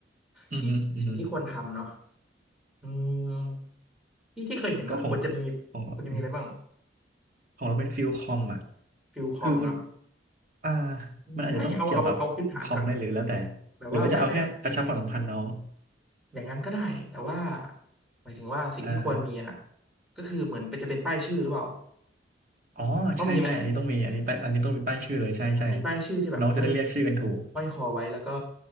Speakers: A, on the right (about 45°); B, in the centre.
A: อือฮึอือฮึ
B: ที่สิ่งที่ควรทำเนาะอืมที่ที่เคยเห็นมาควรจะมี
A: ก็ของของเราเป็น
B: ควรจะมีอะไรบ้าง
A: ของเราเป็นฟิลคอมอ่ะ
B: ฟิลคอมเนาะ
A: คือคุณอ่า
B: อืมไม่เอาเอาเอาพื้นฐานก่อน
A: มันอาจจะต้องเกี่ยวกับคอมไหมหรือแล้วแต่
B: แบบว่าไม่ไม่แบบ
A: หรือว่าจะเอาแค่กระชับความสัมพันธ์น้อง
B: อย่างนั้นก็ได้แต่ว่าหมายถึงว่าสิ่งที่ควรมีอ่ะ
A: อ่า
B: ก็คือเหมือนเป็นจะเป็นป้ายชื่อหรือเปล่า
A: อ๋อใช่ใช่อันนี้ต้องมีอันนี้ป้ายอันนี้ต้องมีป้ายชื่อเลยใช่ใช่
B: ต้องมีไหมอ่ะมีป้ายชื่อที่แบบห้อย
A: น้องจะได้เรียกชื่อกันถูก
B: ห้อยคอไว้แล้วก็